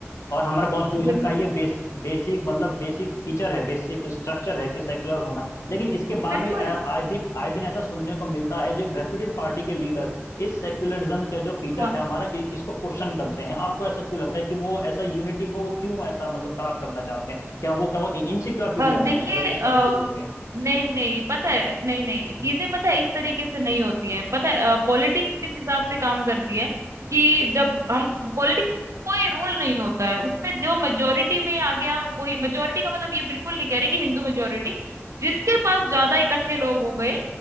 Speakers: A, on the left; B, on the right.
A: और हमारा कॉन्स्टिट्यूशन
B: बिल्कुल
A: का ये बेस बेसिक मतलब बेसिक फीचर है बेसिक स्ट्रक्चर है कि सेक्युलर होना लेकिन इसके बाद
B: बिल्कुल
A: भी अ, आए दिन आए दिन ऐसा सुनने को मिलता है जो एक रेप्यूटेड पार्टी के लीडर इस सेक्युलरिज्म का जो फीचर
B: हाँ
A: है हमारा इ- इसको क्वेश्चन करते हैं आपको ऐसा क्यों लगता है कि वो ऐसा यूनिटी को वो क्यों ऐसा मतलब खराब करना चाहते हैं क्या वो क्या वो इनसिक्योर फील
B: अ,
A: करते
B: देखिए
A: हैं मतलब किस
B: अ,
A: कम्युनिटी को लेके
B: नहीं नहीं पता है नहीं नहीं
A: हम्म
B: चीजें पता है इस तरीके से नहीं होती हैं पता है पॉलिटिक्स किस हिसाब से काम करती है कि जब हम पॉलिटिक्स कोई रोल नहीं होता है उसमें जो मेजोरिटी में आ गया वही मेजोरिटी का मतलब ये बिल्कुल नहीं कह रही कि हिंदू मेजोरिटी जिसके पास ज्यादा इकट्ठे लोग हो गए